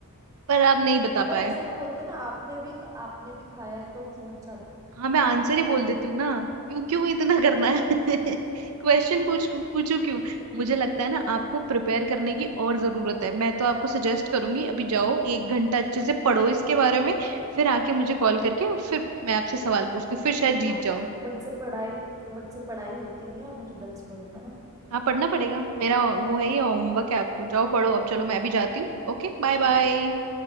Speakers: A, on the right; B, on the right.
A: पर आप नहीं बता
B: अगर
A: पाए
B: ऐसा बोलते ना आपने भी ख- आपने भी खाया है तो मैं समझ जाती
A: हाँ मैं आंसर ही बोल देती हूँ ना क्यों क्यों इतना करना है <laughs>
B: हम्म।
A: क्वेश्चन पूछ
B: <laughs>
A: पूछू क्यों मुझे लगता है ना आपको प्रिपेयर करने की और जरूरत है मैं तो आपको सजेस्ट करूंगी अभी जाओ एक घंटा अच्छे से पढ़ो इसके बारे में फिर आके मुझे कॉल करके और फिर मैं आपसे सवाल पूछती हूँ फिर शायद
B: बताओ
A: जीत जाओ
B: मुझसे पढ़ाई मुझसे पढ़ाई होती नहीं है और मैं रिडल्स पढ़ू है ना
A: हाँ पढ़ना पड़ेगा मेरा वो है ये होमवर्क है आपको जाओ पढ़ो अब चलो मैं भी जाती हूँ ओके बाय
B: ठीक
A: बाय
B: है